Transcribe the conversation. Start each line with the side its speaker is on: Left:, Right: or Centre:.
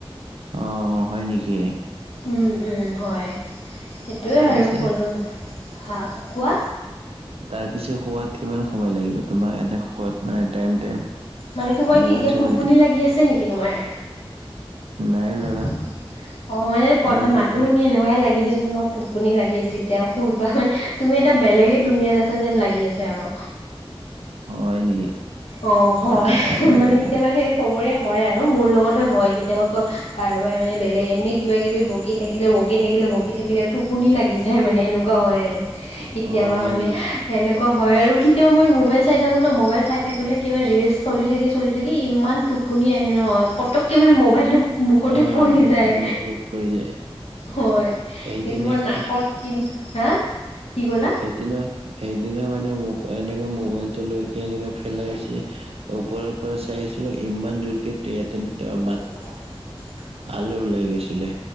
Right: অঁ', হয় নেকি?
Left: উম উম হয়, সেইটোৱে
Right: তাৰপিছে
Left: আৰু ক'লো হ কোৱা?
Right: তাৰ পিছত খোৱাত কিমান সময় লাগিব তোমাক এনে খোৱাত মানে টাই টাইম?
Left: মানে তোমাৰ
Right: মোবাইল
Left: কি এতিয়া
Right: চোবাইল
Left: টোপনি
Right: টি-
Left: লাগি আছে নেকি তোমাৰ?
Right: নাই লগা
Left: অ', মানে ক
Right: মোৰ টোপনি
Left: মাতো শুনি এনেকোৱা লাগিছে যে তোমাক তো টোপনি লাগি আছে এতিয়া শুইবা মানে তুমি এটা বেলেগে দুুনিয়াত আছা যেন লাগি আছে আৰু
Right: হয় নেকি?
Left: অ', হয়,
Right: নাই বেলেগ
Left: মানে কেতিয়াবা সেই চবৰে হয় আৰু মোৰ লগতো হয় কেতিয়াবা কাৰোবাই মানে বেলেগ এনে কিবা কিবি বকীত থাকিলে বকি থাকিলে বকি থাকিলে আৰু টোপনি লাগি যায় মানে সেনেকুৱা হয় আৰু কেতিয়াবা
Right: অ হয়
Left: মানে
Right: নেকি
Left: সেনেকুৱা হয় আৰু কেতিয়াবা মই মোবাইল চাই থাকো ন' মোবাইল চাই থাকিলে কিবা ৰিলচ চলি থাকি চলি থাকি ইমান টোপনি আহে নহয় পটককৈ মানে মোবাইলটো মুখতে
Right: অ
Left: পৰি যায়
Right: মোৰ ঘৰত পৰি যায়
Left: হয়
Right: সেইদিনা
Left: সেই তোমাৰ নাকত
Right: কি
Left: কি হা কি ক'লা
Right: সেইদিনা সেইদিনা মানে মোক এনেকে মোবাইলটো লৈ কি এনেকে ফেলাইছে ওপৰৰ পৰা চাই আহিছিলো ইমান জোৰকে ইয়াতে ম
Left: <unintelligible>
Right: আলু ওলাই গৈছিলে।